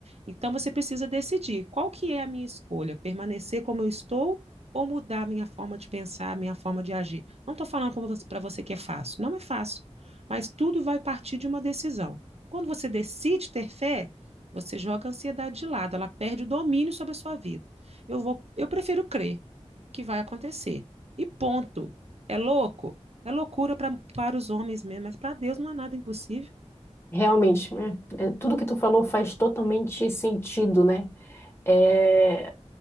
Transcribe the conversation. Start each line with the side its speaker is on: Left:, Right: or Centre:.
Right: Então você precisa decidir qual que é a minha escolha, permanecer como eu estou ou mudar a minha forma de pensar, a minha forma de agir. Não estou falando para você que é fácil, não é fácil, mas tudo vai partir de uma decisão. Quando você decide ter fé, você joga a ansiedade de lado, ela perde o domínio sobre a sua vida. Eu vou, eu prefiro crer que vai acontecer. E ponto. É louco? É loucura pra, para os homens mesmo, mas para Deus não há nada impossível.
Left: Realmente, né? É, Tudo que tu falou faz totalmente sentido, né? é